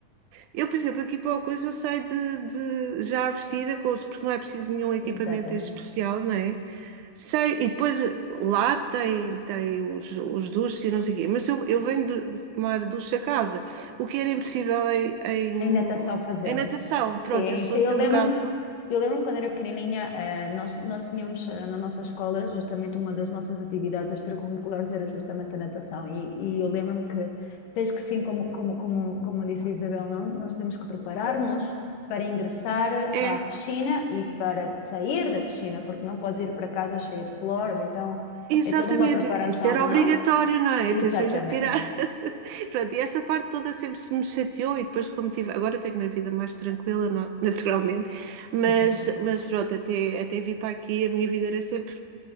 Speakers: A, on the right; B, on the left.
A: eu, por exemplo, aqui para a coisa eu saio de, de- já vestida, com porque não é preciso nenhum equipamento
B: Exatamente.
A: especial, não é? Sei, e depois lá tem, tem os, os duches e não sei o quê, mas eu, eu venho de tomar duche a casa, o que era impossível em, em,
B: Ainda está só a fazê-lo.
A: em natação.
B: Sim,
A: Pronto, eu sou
B: sim,
A: assim
B: eu lembro-me,
A: um bocado.
B: eu lembro-me quando era pequenininha, eh, nós, nós tínhamos eh, na nossa escola, justamente uma das nossas atividades extracurriculares era justamente a natação, e, e eu lembro-me que, desde que sim, como, como, como, como disse a Isabel, não, nós temos que preparar-nos para ingressar
A: É.
B: à piscina e para sair da piscina, porque não podes ir para casa cheia de cloro, então
A: Exatamente,
B: é toda uma preparação,
A: isso era
B: não?
A: obrigatório, não é?
B: Exatamente,
A: Tens mesmo que tirar. <laughs> Pronto, e essa parte toda sempre se me chateou e depois como tive, agora tenho uma vida mais tranquila, no- <laughs> naturalmente, mas,
B: exatamente.
A: mas pronto, até, até vir para aqui a minha vida era sempre